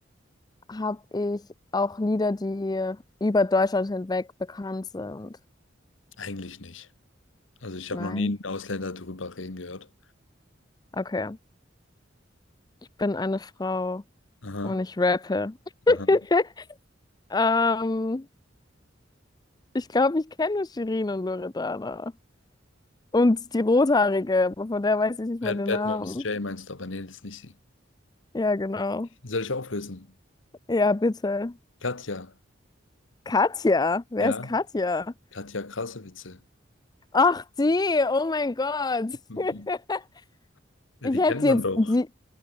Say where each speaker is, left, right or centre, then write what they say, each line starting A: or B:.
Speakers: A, on the left (about 20°); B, on the left (about 85°).
A: habe ich auch Lieder, die über Deutschland hinweg bekannt sind?
B: eigentlich nicht. Also ich
A: Nein.
B: habe noch nie einen Ausländer darüber reden gehört.
A: Okay, ich bin eine Frau
B: Aha,
A: und ich rappe.
B: aha.
A: <laughs> Ähm, ich glaube, ich kenne Shirin und Loredana. Und die Rothaarige, aber von der weiß ich nicht mal
B: Bad,
A: den
B: Bad
A: Namen.
B: Moms Jay meinst du, aber nee, das ist nicht sie.
A: Ja, genau.
B: Soll ich auflösen?
A: Ja, bitte.
B: Katja.
A: Katja, wer
B: Ja,
A: ist Katja?
B: Katja, krasse Witze.
A: Ach, die, oh mein Gott.
B: <laughs>
A: <laughs>
B: Ja,
A: Ich
B: die
A: hätte
B: kennt man
A: jetzt
B: doch.
A: die,